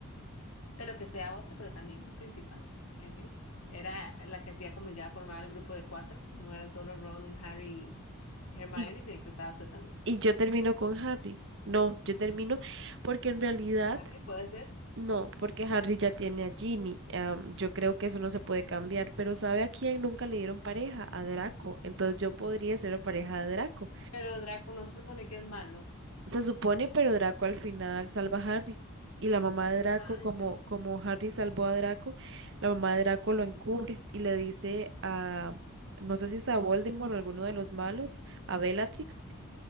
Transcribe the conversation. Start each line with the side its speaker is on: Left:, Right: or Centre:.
Left: Pero que sea otra, pero también principal, Emily. Era la que hacía como ya formaba el grupo de cuatro. No eran solo Ron, Harry y Hermione,
Right: y,
Left: sino que estaba usted también.
Right: y yo termino con Harry. No, yo termino porque en realidad
Left: Con Harry puede ser,
Right: no, porque Harry ya tiene a Ginny. Am, yo creo que eso no se puede cambiar, pero ¿sabe a quién nunca le dieron pareja? A Draco. Entonces yo podría ser la pareja de Draco.
Left: pero Draco no se supone que es malo.
Right: Se supone, pero Draco al final salva a Harry. Y la mamá de Draco,
Left: Ah,
Right: como,
Left: en serio.
Right: como Harry salvó a Draco, la mamá de Draco lo encubre y le dice a, no sé si es a Voldemort o alguno de los malos, a Bellatrix,